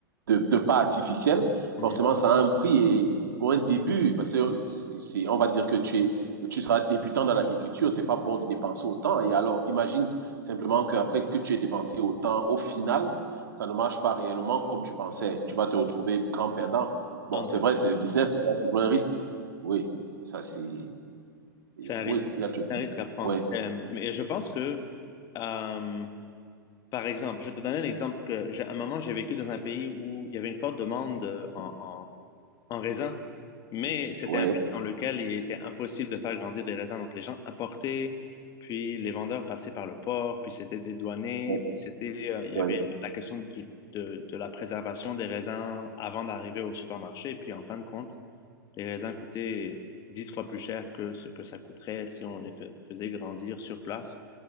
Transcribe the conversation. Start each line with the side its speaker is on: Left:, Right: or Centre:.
Right: de, de pas artificiel,
Left: Mhm.
Right: forcément, ça a un prix et pour un début, parce que c'est, c'est- on va dire que tu es, tu seras débutant dans l'agriculture, c'est pas bon de dépenser autant. Et alors, imagine simplement qu'après que tu aies dépensé autant, au final, ça ne marche pas réellement comme tu pensais. Tu vas te retrouver grand perdant. Bon,
Left: En
Right: c'est
Left: deux.
Right: vrai, c'est le business,
Left: Ouais.
Right: il y a toujours un risque. Oui, ça c'est,
Left: C'est
Right: euh,
Left: un
Right: oui,
Left: risque.
Right: il y a toujours,
Left: C'est un risque à prendre.
Right: ouais,
Left: Euh, mais je pense que euh, Par exemple, je vais te donne un exemple que j'ai, à un moment, j'ai vécu dans un pays où il y avait une forte demande de- en, en, en raisins, mais c'était
Right: ouais.
Left: un pays dans lequel il était impossible de faire grandir des raisins. Donc, les gens apportaient, puis les vendeurs passaient par le port, puis c'était dédouané,
Right: Oui,
Left: puis c'était, euh, il y
Right: oui,
Left: avait la question du- de, de la préservation des raisins avant d'arriver au supermarché. Et puis, en fin de compte, les raisins coûtaient dix fois plus cher que ce que ça coûterait si on les fais- faisait grandir sur place